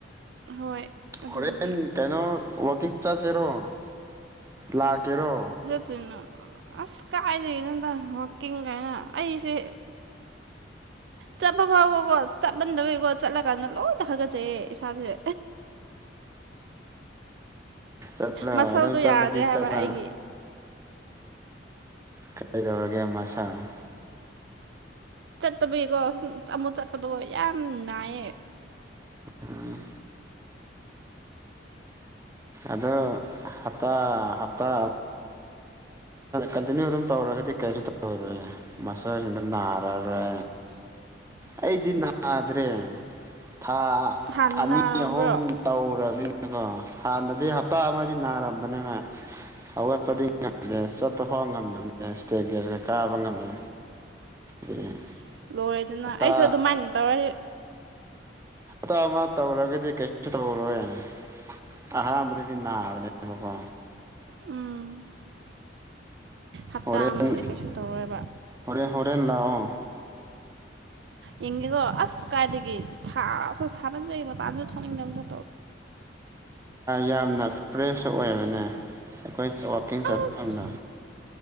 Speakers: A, on the right; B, on the right.
A: ꯍꯣꯏ ꯑꯗꯨꯕꯨꯗꯤ
B: ꯍꯣꯔꯦꯟ ꯀꯩꯅꯣ ꯋꯀꯤꯡ ꯆꯠꯁꯤꯦꯔꯣ ꯂꯥꯛꯀꯦꯔꯣ
A: ꯑꯗꯨꯅ ꯑꯁ ꯀꯥꯏꯗꯒꯦꯅꯗ ꯋꯥꯛꯀꯤꯡ ꯀꯥꯏꯅ ꯑꯩꯁꯦ ꯆꯠꯄ ꯐꯥꯎꯕꯀꯣ ꯆꯠꯃꯟꯗꯕꯩꯀꯣ ꯆꯠꯂꯀꯥꯟꯗ ꯂꯣꯏꯅ ꯍꯥꯒꯠꯆꯩꯌꯦ ꯏꯁꯥꯁꯦ
B: ꯆꯠꯂ
A: ꯃꯁꯜꯗꯣ
B: ꯑꯗꯨ ꯑꯗꯨꯝ ꯆꯜꯂꯗꯤ
A: ꯌꯥꯗ꯭ꯔꯦ ꯍꯥꯏꯕ
B: ꯆꯁ
A: ꯑꯩꯒꯤ
B: ꯀꯩꯗꯧꯔꯒꯦ ꯃꯁꯥꯅ
A: ꯆꯠꯇꯕꯤꯒꯤꯀꯣ ꯁꯨꯝ ꯑꯃꯨꯛ ꯆꯠꯄꯗꯀꯣ ꯌꯥꯝ ꯅꯥꯏꯌꯦ
B: ꯎꯝ ꯑꯗꯣ ꯍꯞꯇꯥ ꯍꯞꯇꯥꯇꯤ ꯀꯟꯇꯤꯅ꯭ꯌꯨ ꯑꯗꯨꯝ ꯇꯧꯔꯒꯗꯤ ꯀꯩꯁꯨ ꯇꯧꯔꯔꯦ ꯃꯁꯥꯖ ꯏ ꯅꯅꯥꯔꯥꯔ
A: ꯑ
B: ꯑꯩꯗꯤ ꯅꯥꯗ꯭ꯔꯦ ꯊꯥ
A: ꯍꯥꯟꯅ
B: ꯑꯅꯤ
A: ꯅꯥꯔꯝꯕ꯭ꯔꯣ
B: ꯑꯍꯨꯝ ꯇꯧꯅꯤꯅꯀꯣ ꯍꯥꯟꯅꯗꯤ ꯍꯞꯇꯥ ꯑꯃꯗꯤ ꯅꯥꯔꯝꯕꯅꯦꯕꯚ ꯑꯋꯥꯠꯄꯗꯤ ꯉꯝꯗꯦ ꯆꯠꯄ ꯐꯥꯎ ꯉꯝꯗꯕꯅꯤ ꯏꯁꯇꯦꯠ ꯒꯦꯁꯀ ꯀꯥꯕ ꯉꯝꯗꯦ <unintelligible>
A: ꯑꯁ ꯂꯣꯏꯔꯦꯗꯅ
B: ꯍꯞꯇꯥ
A: ꯑꯩꯁꯨ ꯑꯗꯨꯃꯥꯏꯅ ꯇꯧꯔ
B: ꯑ ꯑꯃ ꯇꯧꯔꯒꯗꯤ ꯀꯩꯁꯨ ꯇꯧꯔꯣꯏ ꯑꯍꯥꯟꯕꯗꯗꯤ ꯅꯥꯕꯅꯦꯕꯀꯣ
A: ꯎꯝ ꯍꯞꯇꯥ
B: ꯍꯣꯔꯦꯟ
A: ꯑꯃꯗ ꯀꯩꯁꯨ ꯇꯧꯔꯣꯏꯕ
B: ꯍꯣꯔꯦꯟ ꯍꯣꯔꯦꯟ ꯂꯥꯛꯑꯣ
A: ꯌꯦꯡꯉꯦꯀꯣ ꯑꯁ ꯀꯥꯏꯗꯒꯤ ꯁꯥꯁꯨ ꯁꯥꯃꯟꯕꯩ ꯃꯄꯥꯟꯁꯨ ꯊꯣꯛꯅꯤꯡꯗꯕꯗ
B: ꯌꯥꯝꯅ ꯐ꯭ꯔꯦꯁꯁꯨ ꯑꯣꯏꯕꯅꯦ ꯑꯩꯈꯣꯏ ꯋꯥꯛꯀꯤꯡ ꯆꯠꯐꯝꯗꯣ
A: ꯑꯁ